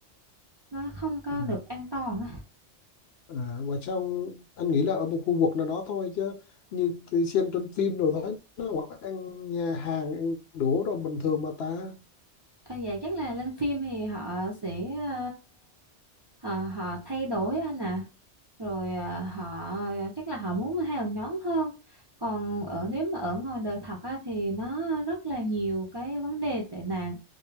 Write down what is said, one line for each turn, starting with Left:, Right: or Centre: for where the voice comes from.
Right: nó không có
Left: Ừ.
Right: được an toàn á.
Left: À, và sao anh nghĩ là ở một khu vực nào đó thôi chứ như tôi xem trên phim rồi thấy nó gọi ăn nhà hàng ăn đũa rồi bình thường mà ta
Right: à, dạ chắc là lên phim thì họ sẽ ờ, họ họ thay đổi anh ạ rồi ờ, họ chắc là họ muốn hào nhoáng hơn còn ở nếu mà ở ngoài đời thật á, thì nó rất là nhiều cái vấn đề tệ nạn